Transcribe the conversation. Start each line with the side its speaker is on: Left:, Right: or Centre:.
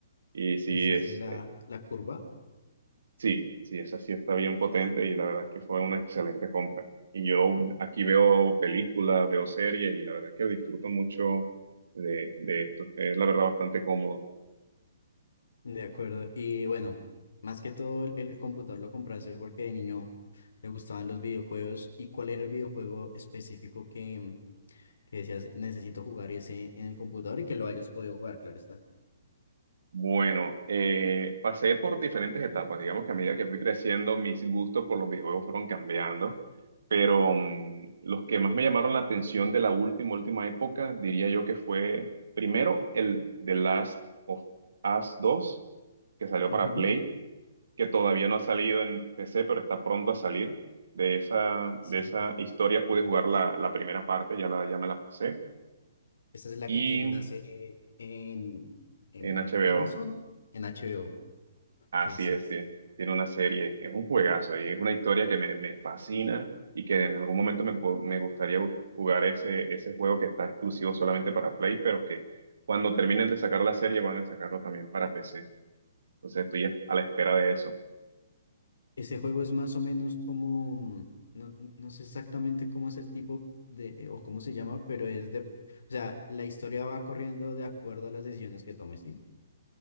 Right: Y sí,
Left: esa
Right: es
Left: es la, la curva.
Right: Sí, sí, esa sí está bien potente y la verdad es que fue una excelente compra. Y yo aquí veo películas, veo series y la verdad es que disfruto mucho de, de esto. Es la verdad bastante cómodo.
Left: De acuerdo. Y bueno, más que todo el el computador lo compraste porque de niño te gustaban los videojuegos. ¿Y cuál era el videojuego específico que... que decías, necesito jugar ese en el computador y que lo hayas podido jugar, claro está.
Right: Bueno, eh, pasé por diferentes etapas. Digamos que a medida que fui creciendo, mis gustos por los videojuegos fueron cambiando. Pero mm, los que más me llamaron la atención de la última, última época, diría yo que fue primero el The Last of Us 2, que salió
Left: Ujú.
Right: para Play. que todavía no ha salido en PC, pero está pronto a salir. De esa,
Left: Sí.
Right: de esa historia pude jugar la, la primera parte, ya, la, ya me la pasé.
Left: Esta es la
Right: Y
Left: que tiene una serie en, en
Right: en HBO,
Left: Amazon, en HBO,
Right: así
Left: que sí,
Right: es,
Left: sí.
Right: tie- tiene una serie, es un juegazo y es una historia que me, me fascina y que en algún momento me, po- me gustaría jugar ese, ese juego que está exclusivo solamente para Play, pero que cuando terminen de sacar la serie van a sacarlo también para PC. Entonces estoy a la espera de eso.
Left: Ese juego es más o menos como, mm, no, no sé exactamente cómo es el tipo de, eh, o cómo se llama, pero es de, o sea, la historia va corriendo de acuerdo a las decisiones que tomes, ¿sí?